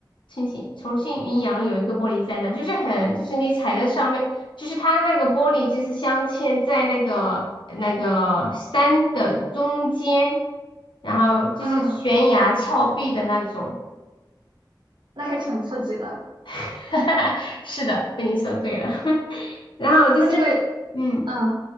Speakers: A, on the left; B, on the right.
A: 重庆重庆云阳有一个玻璃栈道，就是很就是你踩在上面，就是它那个玻璃就是镶嵌在那个那个山的中间，然后就是悬崖峭壁的那种。
B: 啊。那还挺刺激的。
A: <laughs> 是的，被你说对了。<laughs> 然后就是你，
B: 那这个，
A: 嗯，
B: 嗯